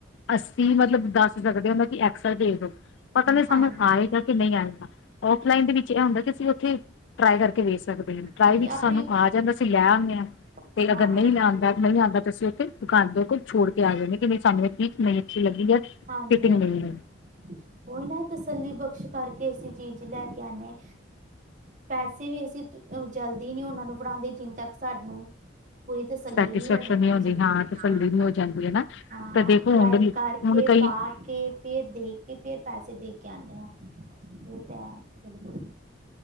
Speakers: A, on the left; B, on the right.
A: ਅੱਸੀ ਮਤਲਬ ਦੱਸ ਸਕਦੇ ਹਾਂ, ਕਿ ਐਕਸਲ ਭੇਜਦੋ, ਪਤਾ ਨਹੀਂ
B: ਹਾਂਜੀ
A: ਸਾਨੂੰ ਆਏਗਾ ਕਿ ਨਹੀਂ ਆਇਗਾ, ਔਫਲਾਈਨ ਦੇ ਵਿੱਚ ਇਹ ਹੁੰਦਾ ਕਿ ਅਸੀਂ ਉੱਥੇ ਟ੍ਰਾਈ ਕਰਕੇ ਵੇਖ ਦੇ ਟ੍ਰਾਈ
B: ਹਾਂਜੀ
A: ਵਿੱਚ
B: ਆਪਣੀ
A: ਸਾਨੂੰ ਆ ਜਾਂਦਾ ਅਸੀਂ ਲੈ ਆਨੇ ਹਾਂ,
B: ਹਾਂ
A: ਤੇ ਅਗਰ ਨਈ ਆਂਦਾ, ਨਈ ਆਉਂਦਾ ਤੇ ਅਸੀਂ ਉੱਥੇ ਦੁਕਾਨ ਤੇ ਕੋਈ ਛੋੜਕੇ ਆ ਜਾਂਨੇ ਆ, ਕਿ ਸਾਨੂੰ ਚੀਜ਼ ਨਈ ਅੱਛੀ ਲੱਗੀ ਹੈ
B: ਹਾਂਜੀ,
A: ਫਿਟਿੰਗ
B: ਹਾਂਜੀ,
A: ਨਹੀਂ
B: ਉਹੀ ਨਾ ਤਸੱਲੀ ਬਖਸ਼ ਕਰਕੇ ਅਸੀਂ ਚੀਜ਼ ਲੈਕੇ ਆਂਨੇ ਆ ਪੈਸੇ ਵੀ ਅਸੀਂ ਜਲਦੀ ਨੀ ਉਹਨਾਂ ਨੂੰ ਫੜਾਂਦੇ, ਜਿਨ ਤੱਕ ਸਾਨੂੰ ਪੂਰੀ ਤਸੱਲੀ
A: ਸੈਟਿਸਫੈਕਸ਼ਨ
B: ਨਹੀਂ ਹੋ ਜਾਂਦੀ
A: ਹੁੰਦੀ
B: ਚੀਜ
A: ਹਾਂ
B: ਦੀ,
A: ਤਸੱਲੀ
B: ਹੂੰ,
A: ਨਹੀਂ ਹੋ ਜਾਂਦੀ ਹੈ ਨਾ
B: ਹਾਂ,
A: ਤਾਂ ਦੇਖੋ
B: ਟ੍ਰਾਈ
A: ਹੁਣ ਵੀ
B: ਕਰਕੇ
A: ਹੁਣ ਕਈ
B: ਪਾਕੇ, ਫੇਰ ਦੇਖਕੇ, ਫੇਰ ਪੈਸੇ ਦੇਕੇ ਆਂਨੇ ਹਾਂ। ਓਹ ਤੇ, ਹੈ, ਬਿਲਕੁਲ।